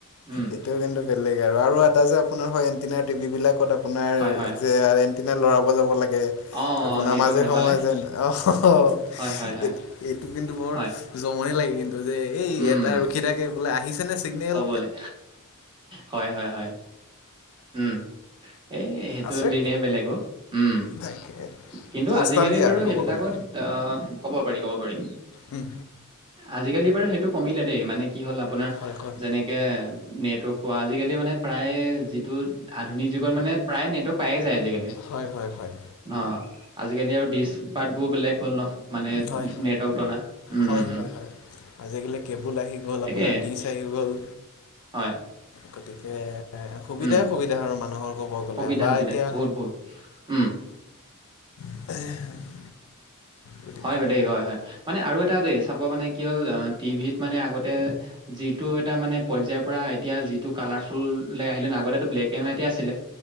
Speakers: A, on the right; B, on the left.
A: উম।
B: এইটো কিন্তু বেলেগ আৰু। আৰু এটা যে আপোনাৰ হয় এণ্টিনাৰ টিভি বিলাকত আপোনাৰ
A: হয় হয়
B: যে আৰ এ এণ্টিনাৰ ল'ৰাব যাব লাগে।
A: অ
B: আপোনাৰ
A: নেটৱৰ্ক
B: মাজে
A: নাপালে
B: সময়ে যেন, অহ,
A: হয় হয় হয়
B: এইট, এইটো কিন্তু বৰ
A: হয়
B: জমনি লাগে। এইটো যে, এই
A: উম
B: এটাই ৰখি থাকে বোলে এই আহিছেনে চিগনেল?
A: ক'বলে হয়, হয়, হয়। উম, এই, সেইটো
B: আছে
A: দিনেই বেলেগ অ'। উম।
B: তাকে
A: কিন্তু
B: নষ্টালজিয়া
A: আজিকালি বাৰু
B: আৰু
A: সেইবিলাকত,
B: ক'ব গ'লে
A: আহ, ক'ব পাৰি, ক'ব পাৰি।
B: উম,
A: আজিকালি বাৰু সেইটো কমিলে দেই। মানে কি হ'ল আপোনাৰ,
B: হয় হয়
A: যেনেক কে নেটৱৰ্ক পোৱা, আজিকালি মানে প্ৰায় যিটো আধুনিক যুগত মানে, প্ৰায়ে নেটৱৰ্ক পায়ে যায় আজিকালি।
B: হয়, হয়, হয়।
A: অ'। আজিকালি আৰু ডিচ পাৰ্টবোৰ বেলেগ হ'ল নহ, মানে নেটৱৰ্ক
B: হয়
A: টনা। উম।
B: হয় হয় হয় আজিকালি কেবুল আহি গ'ল
A: তাকে
B: আপোনাৰ, ডিচ আহি গ'ল।
A: হয়।
B: গতিকে, সুবিধাই
A: উম
B: সুবিধা আৰু মানুহৰ ক'ব গ'লে।
A: সুবিধা
B: বা
A: সুবিধা
B: এতিয়া
A: বহুত। উম।
B: <inaudible> গতিকে
A: হয় বা দেই। হয়, হয়। মানে আৰু এটা দেই, চাব মানে কি হ'ল আ টিভিত মানে আগতে যিটো এটা মানে পৰ্যায়ৰ পৰা এতিয়া যিটো কালাৰফুল লে আহিলে, আগতেতো ব্লেক এণ্ড হোৱাইটে আছিলে।